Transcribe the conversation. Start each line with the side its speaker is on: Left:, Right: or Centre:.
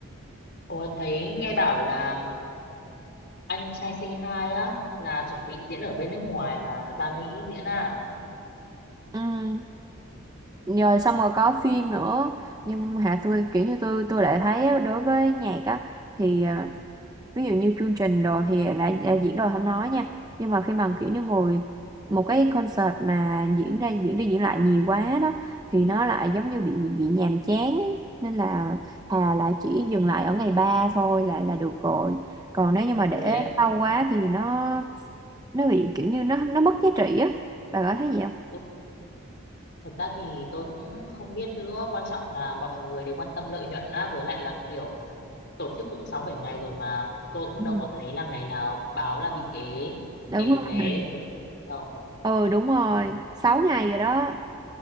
Left: Ủa thấy nghe bảo là anh trai Say Hi á là chuẩn bị diễn ở bên nước ngoài mà ra Mỹ diễn à
Right: Ừ, rồi xong rồi có phim nữa nhưng hả tôi kiểu như tôi tôi lại thấy á, đối với nhạc á thì ờ, ví dụ như chương trình đồ thì đã, đã diễn rồi không nói nha nhưng mà khi mà kiểu như ngồi một cái concert mà diễn ra diễn đi diễn lại nhiều quá đó thì nó lại giống như bị bị, bị nhàm chán ấy. nên là thà là chỉ dừng lại ở ngày ba thôi là là được rồi còn nếu như mà
Left: ừ
Right: để
Left: đấy
Right: lâu quá thì nó nó bị kiểu như nó nó mất giá trị á bà có thấy gì không
Left: ừ, thật ra thì tôi cũng không biết nữa quan trọng là mọi người đều quan tâm lợi nhuận á với lại là kiểu tổ chức cũng sáu bảy ngày rồi mà tôi cũng
Right: Ừ.
Left: đâu có thấy là ngày nào báo là bị ế
Right: đúng
Left: ế vé
Right: không
Left: đâu
Right: ừ đúng rồi 6 ngày rồi đó